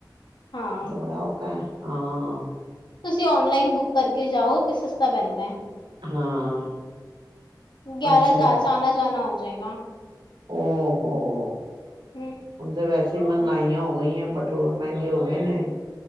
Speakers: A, on the left; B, on the right.
A: ਹਾਂ
B: ਏਹ ਤੇ ਬੜਾ ਔਕਾ ਏ ਹਾਂ।
A: ਤੁਸੀਂ ਔਨਲਾਈਨ ਬੁੱਕ ਕਰਕੇ ਜਾਓ ਤੇ ਸਸਤਾ ਪੈਂਦਾ ਏ।
B: ਹਾਂ।
A: ਗੇਆਰਾਂ
B: ਅੱਛਾ
A: ਹਜ਼ਾਰ ਚ ਆਨਾ ਜਾਨਾ ਹੋ ਜਾਏਗਾ।
B: ਔ ਹੋੋ
A: ਹਮ
B: ਹੁਣ ਤੇ ਵੈਸ <unintelligible> ਮਹਿੰਗਾਈਆਂ ਹੋ ਗਈਆਂ ਪੈਟਰੋਲ ਮਹਿੰਗੇ ਹੋ ਗਏ ਨੇ